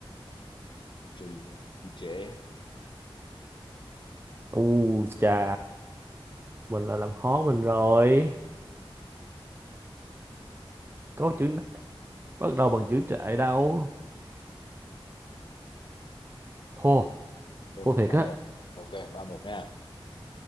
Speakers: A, on the left (about 55°); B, on the right (about 25°).
A: trì, trì trệ.
B: u chà mình là làm khó mình rồi có chữ bắt đầu bằng chữ trệ đâu thua
A: Ồ,
B: thua thiệt
A: 3-1.
B: á
A: Ok, ba một nha.